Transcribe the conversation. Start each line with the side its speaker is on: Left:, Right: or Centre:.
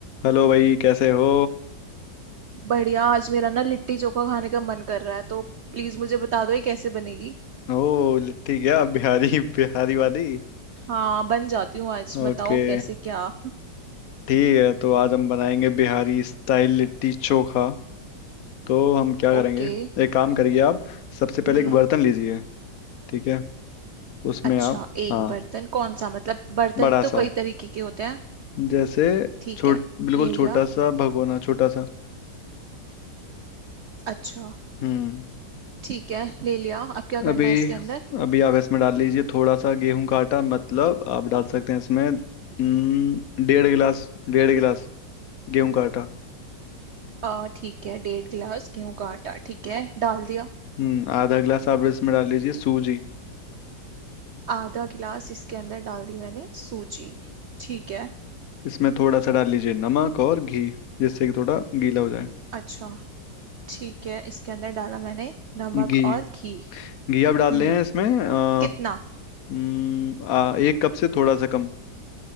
Left: Hello भाई कैसे हो
Right: बढ़िया आज मेरा ना लिट्टी चोखा खाने का मन कर रहा है तो प्लीज मुझे बता दो ये कैसे बनेगी
Left: ओ ठीक है आप बिहारी <laughs> बिहारी वाली
Right: हाँ बन जाती हूँ आज
Left: ओके
Right: बताओ कैसे क्या
Left: ठीक है तो आज हम बनाएंगे बिहारी स्टाइल लिट्टी चोखा तो हम क्या करेंगे
Right: ओके
Left: एक काम करिए आप सबसे पहले
Right: हम्म
Left: एक बर्तन लीजिए ठीक है उसमें
Right: अच्छा
Left: आप
Right: एक
Left: हाँ
Right: बर्तन कौन सा मतलब बर्तन
Left: बड़ा
Right: तो
Left: सा
Right: कई तरीके के होते हैं
Left: जैसे
Right: ठीक
Left: छोट
Right: है
Left: बिल्कुल
Right: ले लिया
Left: छोटा सा भगोना छोटा सा
Right: अच्छा
Left: हम्म
Right: ठीक है ले लिया अब क्या
Left: अभी
Right: करना है इसके अंदर
Left: अभी आप इसमें डाल लीजिए थोड़ा सा गेहूं का आटा मतलब आप डाल सकते हैं इसमें हम्म, डेढ़ गिलास डेढ़ गिलास गेहूं का आटा
Right: आ ठीक है डेढ़ गिलास गेहूं का आटा ठीक है डाल दिया
Left: हम्म आधा गिलास आप इसमें डाल लीजिए सूजी
Right: आधा गिलास इसके अंदर डाल दी मैंने सूजी ठीक है
Left: इसमें थोड़ा सा डाल लीजिए नमक और घी जिससे कि थोड़ा गीला हो जाए
Right: अच्छा ठीक है इसके अंदर डाला मैंने नमक
Left: घी
Right: और घी
Left: घी आप डाल
Right: हम्म
Left: रहे हैं इसमें आ,
Right: कितना
Left: हम्म, आ, एक कप से थोड़ा सा कम